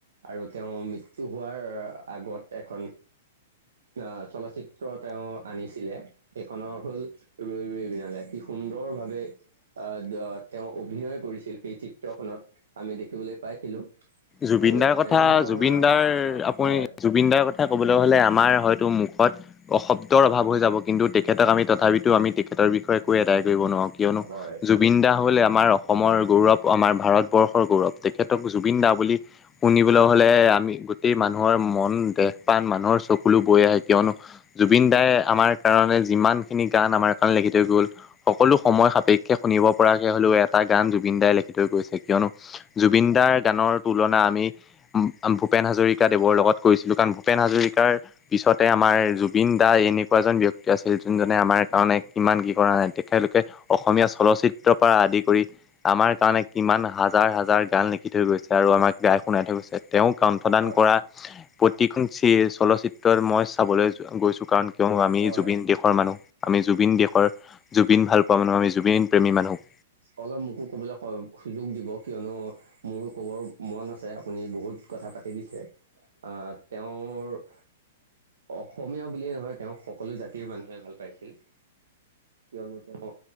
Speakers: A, on the right; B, on the left.
A: আৰু তেওঁ মৃত্যু হোৱাৰ আগত এখন অ চলচিত্ৰ তেওঁ আনিছে ছিলে সেইখনৰ হল ৰৈ ৰৈ বিনালে কি সুন্দৰ ভাৱে আহ তেওঁ অভিনয় কৰিছিল সেই চিত্ৰখনত আমি দেখিবলৈ পাইছিলো
B: জুবিন
A: আৰু
B: দাৰ কথা
A: তেনেধৰণৰ
B: জুবিন দাৰ আপুনি
A: হয়
B: জুবিন দাৰ কথা ক'বলৈ হ'লে আমাৰ হয়তো মোক অ শব্দৰ অভাৱ হৈ যাব কিন্তু তেখেতক আমি তথাপিতো আমি তেখেতৰ বিষয়ে কৈ আদায় কৰিব নোৱাৰো কিয়নো
A: হয়
B: জুবিন দা হ'ল আমাৰ অসমৰ গৌৰৱ আমাৰ ভাৰতবৰ্ষৰ গৌৰৱ তেখেতক জুবিন দা বুলি শুনিবলৈ হলে আমি গোটেই মানুহৰ মন দেহ পান মানুহৰ চকুলো বৈ আহে কিয় জুবিন দাই আমাৰ কাৰণে যিমান খিনি গান আমাৰ কাৰণে লিখি থৈ গ'ল সকলো সময় সাপেক্ষে শুনিব পৰাকে হ'লেও এটা গান জুবিন দাই লিখি থৈ গৈছে কিয়নো জুবিন দাৰ গানৰ তুলনা আমি ভূপেন হাজৰিকা দেৱৰ লগত কৰিছিলো কাৰণ ভূপেন হাজৰিকাৰ পিছতে আমাৰ জুবিন দা এনেকুৱা এজন ব্যক্তি আছিল যোনজনে আমাৰ কাৰণে কিমান কি কৰা নাই তেখেতলোকে অসমীয়া চলচিত্ৰ পৰা আদি কৰি আমাৰ কাৰণে কিমান হাজাৰ হাজাৰ গান লিখি থৈ গৈছে আৰু আমাক গাই শুনাই থৈ গৈছে তেওঁক কণ্ঠদান
A: হয়
B: কৰা প্ৰতিখন চিয়ে চলচিত্ৰ মই চাবলৈ গৈছো কাৰণ কিয় আমি
A: হয়
B: জুবিন দেশৰ মানুহ আমি জুবিন দেশৰ জুবিন ভাল পোৱা মানুহ আমি জুবিন প্ৰেমী মানুহ
A: অলপ মোকো ক'বলৈ সুযোগ দিব কিয়নো মোৰো কবৰ মন আছে আপুনি বহুত কথা পাতি দিছে আহ তেওঁৰ অসমীয়া বুলিয়ে নহয় তেওঁক সকলো জাতিৰ মানুহে ভাল পাইছিল কিয়নো তেওঁ